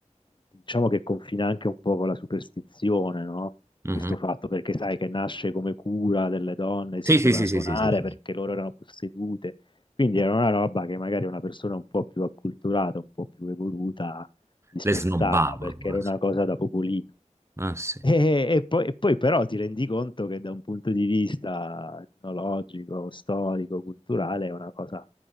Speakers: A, on the left; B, on the right.
A: diciamo che confina anche un po' con la superstizione, no?
B: Mhm.
A: Questo fatto perché sai che nasce come cura delle donne, si
B: Sì,
A: doveva
B: sì, sì,
A: suonare
B: sì, sì, sì, sì.
A: perché
B: sì.
A: loro erano possedute, quindi era una roba che magari una persona un po' più acculturata, un po' più evoluta disprezzava
B: Le snobbava
A: perché
B: quasi.
A: era una cosa da popolino.
B: Ah, sì.
A: E, e poi, e poi però ti rendi conto che da un punto di vista etnologico, storico, culturale è una cosa